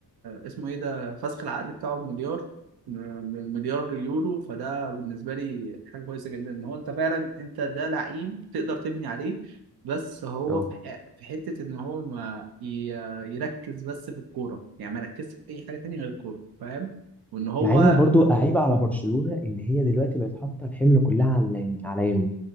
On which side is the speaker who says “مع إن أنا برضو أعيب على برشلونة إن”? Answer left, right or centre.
Centre